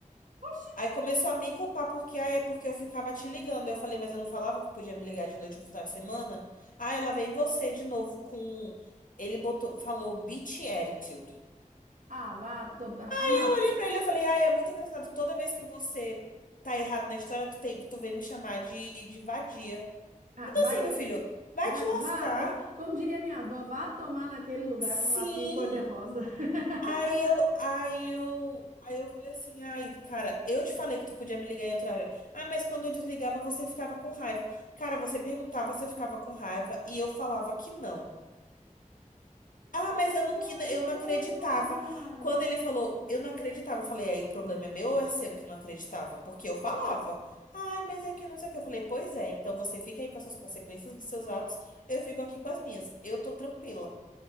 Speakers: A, on the right; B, on the left.
A: Oxi.
B: Aí começou a me culpar porque, ai, é porque eu ficava te ligando. Aí Eu falei, mas eu não falava que podia me ligar de noite no final de semana? Ah, ela vem você de novo com. Ele botou, falou bitch attitude.
A: Ah, vá, to... ah, não.
B: Eu olhei pra ele e falei, ai, é muito engraçado. Toda vez que você tá errado na história, tu, tem, tu vem me chamar de, de vadia.
A: Ah,
B: Então
A: vai,
B: assim, meu filho, vai
A: vá,
B: te lascar.
A: vá, to... como diria minha avó, vá tomar naquele lugar
B: Sim.
A: com lacinho cor-de-rosa. <laughs>
B: Aí eu, aí eu, aí eu falei assim, ai, cara, eu te falei que tu podia me ligar em outra hora. Ah, mas quando eu desligava, você ficava com raiva. Cara, você perguntava, você ficava com raiva, e eu falava que não. Ah,
A: Que,
B: mas eu não,
A: que
B: que-
A: homem
B: eu não
A: doido,
B: acreditava.
A: cara.
B: Quando ele falou, eu não acreditava. Eu falei, aí o problema é meu ou é seu que não acreditava? Porque eu falava, ai, mas é que não sei o que. Eu falei, pois é, então você fica aí com essas consequências dos seus atos, eu fico aqui com as minhas. Eu tô tranquila.